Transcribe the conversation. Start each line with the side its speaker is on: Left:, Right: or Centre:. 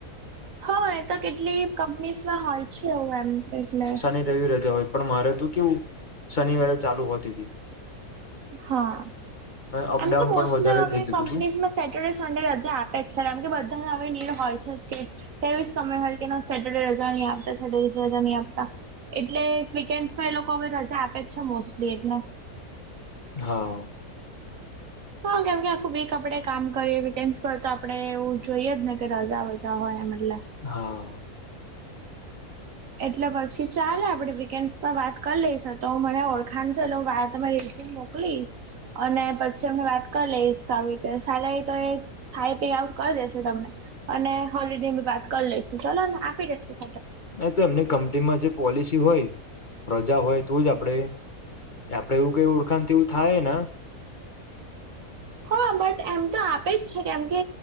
Right: હા એ તો કેટલી કંપનીઝમાં હોય છે એવું એમ એટલે-
Left: શનિ રજા હોય પણ મારે તો કેવું શનિવારે ચાલુ હોતી હતી-
Right: હા
Left: અપડાઉન
Right: એમ તો મોસ્ટલીમે
Left: પણ વધારે થઈ જતું
Right: કંપનીઝ
Left: હતું.
Right: માં - સેટરડે સંન્ડે રજે આપે જ છે ને એમ કે બધાને હવે નીળ હોય છે જ કે- એવી જ કમે હોય કે ના સેટરડે રજા નહી આપતા સેટરડે રજા નહી આપતા- એટલે વીકેન્ડમાં એ લોકો હવે રજા આપે જ છે. મોસ્ટલી એટલે-
Left: હા-
Right: હા કેમ કે આખું વીક આપડે કામ કરીએ તેમસ પર તો આપડે એવું જોઈએ જ ને કે રજા વજા હોય એ મતલે-
Left: હા-
Right: એટલે પછી ચાલ આપડે વીકેન્ડસ પર વાત કરી લઈશ તો હ મને ઓળખાણ છે એટ હ વા તમારી રિન મોક- મોકલીશ અને પછી અમને વાત કરી લઈશ આવી રીતે સલે તો એ- સાઈ પી આઉ કરી દેશે તમને અને હોલિડીે બી વાત કરી લઈશું ચલો ને આપી દેસે.
Left: એ તો એમની કંપનીમાં જે પોલિસી હોય રજા હોય તો જ આપડે આપડે એવું કઈ ઓળખાણ એવું થાય ના.
Right: હા બટ એમ તો આપે જ છે કેમ કે